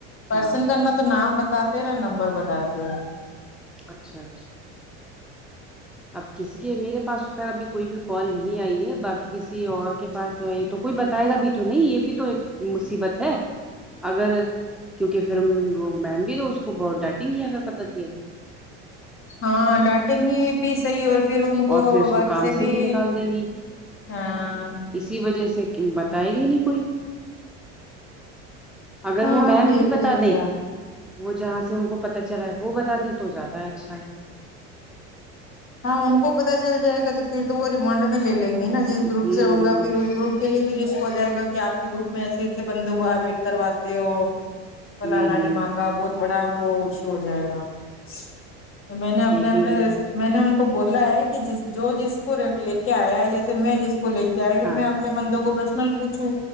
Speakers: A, on the left (about 35°); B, in the centre.
A: پرسن
B: ہاں
A: کرنا تو نام بتاتے نا نمبر بتاتے
B: اچھا اچھا اب کسی کے میرے پاس خیر ابھی کوئی بھی کال نہیں آئی ہے باقی کسی اور کے پاس یہ تو کوئی بتائے گا بھی تو نہیں یہ بھی تو ایک مصیبت ہے اگر کیونکہ پھر وہ میم بھی تو اس کو بہت ڈٹیں گی اگر پتا ت
A: ہاں ڈانٹیں گی بھی صحیح اور پھر ان کو
B: اور پھر اس
A: وقت
B: کام
A: سے بھی
B: نکال دیں گی
A: ہاں
B: اسی وجہ سے بتائے گی نہیں کوئی اگر
A: ہاں
B: وہ میم
A: دیکھتے
B: ہی بتا
A: ہیں
B: دے
A: کیا
B: وہ جہاں سے ان کو پتا چلا ہے وہ بتا دیں تو زیادہ اچھا ہے
A: ہاں ان کو پتا چل جائے گا تو پھر تو وہ ریمنڈ میں لے لیں گے نا جس
B: ہوں
A: گروپ سے ہوگا پھر اس گروپ کے لیے بھی رسک ہو جائے گا کہ آپ کے گروپ میں ایسے ایسے بندوں کو آ ویٹ کرواتے ہو فلانا
B: ہ ہوں
A: دما
B: ہ
A: کا بہت بڑا وہ اشو ہو جائے گا تو میں نے اپنے
B: یہ بھی
A: اپنے
B: ہے
A: میں نے ان کو بولا ہے کہ ج جو جس کو لے کے آیا ہے جیسے میں جس کو لے کے آئی انپ
B: ہاں
A: اپنے مندوں کو پرشنل پوچھوں